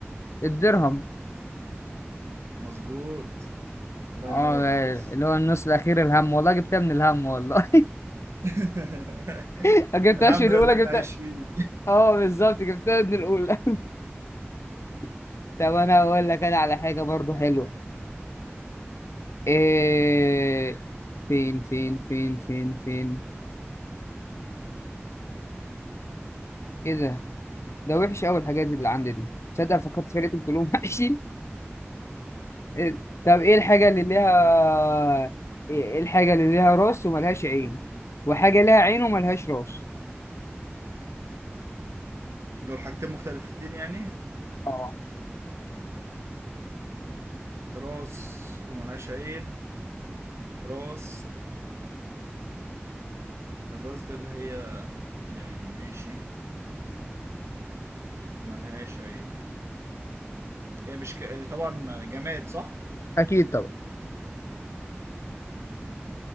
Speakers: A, on the left; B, on the right.
A: الدرهم
B: مظبوط الله
A: اه
B: ينور يا ريس
A: اللي هو النص الاخير الهم والله جبتها من الهم والله
B: <laughs>
A: <laughs> ما جبتهاش
B: الهم
A: من
B: ده
A: الاولى
B: اللي انت
A: جبتها
B: عايش فيه
A: اه بالظبط جبتها من الاولى <laughs> طب انا هقول لك انا على حاجه برضه حلوه إيه... فين فين فين فين فين كده ده وحش قوي الحاجات اللي عندي دي تصدق فكرت في لقيتهم كلهم وحشين إيه- طب ايه الحاجة اللي ليها ايه الحاجة اللي ليها راس وملهاش عين وحاجة ليها عين وملهاش راس
B: دول حاجتين مختلفتين يعني
A: اه
B: راس وملهاش عين راس الراس ده اللي هي يعني ماشي ملهاش عين هي مش ك... آه، طبعا جماد صح
A: أكيد طبعا